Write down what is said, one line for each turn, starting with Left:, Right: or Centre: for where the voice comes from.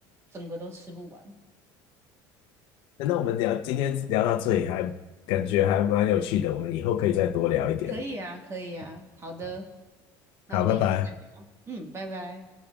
Right: 整个都吃不完。
Left: 那我们聊今天聊到这里还感觉还蛮有趣的，我们以后可以再多聊一点。
Right: 可以啊，可以啊，好的，
Left: 好，
Right: 那我们以后再聊。
Left: 拜拜。
Right: 嗯，拜拜。